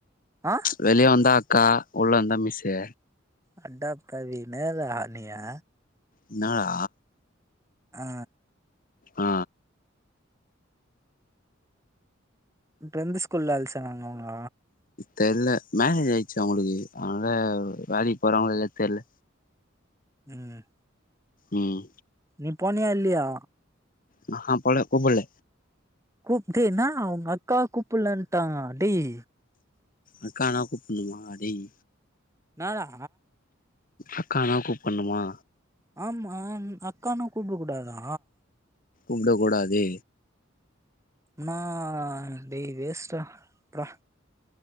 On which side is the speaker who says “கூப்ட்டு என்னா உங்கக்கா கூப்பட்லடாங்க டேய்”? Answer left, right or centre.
Right